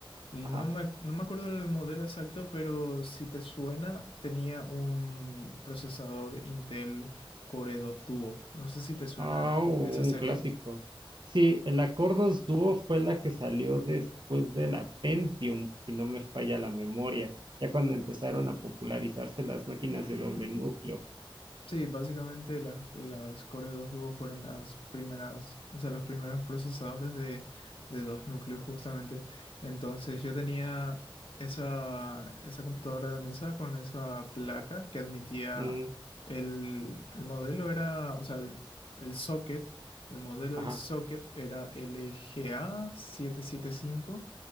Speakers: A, on the left; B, on the right.
A: No
B: ajá.
A: me, ac- no me acuerdo el modelo exacto, pero si te suena, tenía un procesador Intel Core 2 Duo. No sé si te suena
B: Ah, oh,
A: esa
B: un
A: serie.
B: clásico. Sí, el Acordos Duo fue la que salió después de la Pentium, si no me falla la memoria, ya cuando empezaron a popularizarse las máquinas de doble núcleo.
A: Sí, básicamente las, las Core 2 Duo fueron las primeras, o sea, los primeros procesadores de, de dos núcleos justamente. Entonces yo tenía esa, esa computadora de mesa con esa placa que admitía
B: Mm,
A: el, el modelo era, o sea, el, el socket, el modelo
B: ajá,
A: del socket era LGA775